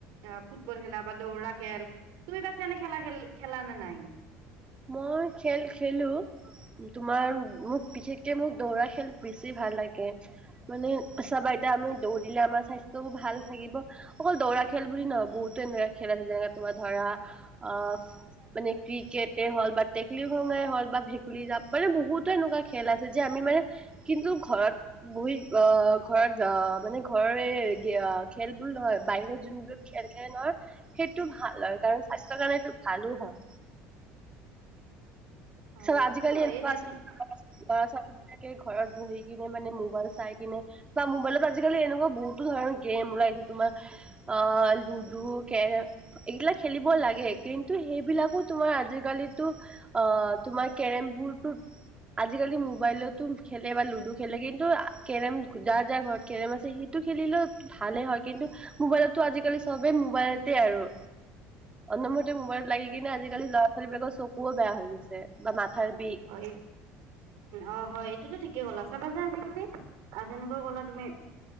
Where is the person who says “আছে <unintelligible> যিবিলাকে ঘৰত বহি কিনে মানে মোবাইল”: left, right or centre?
Right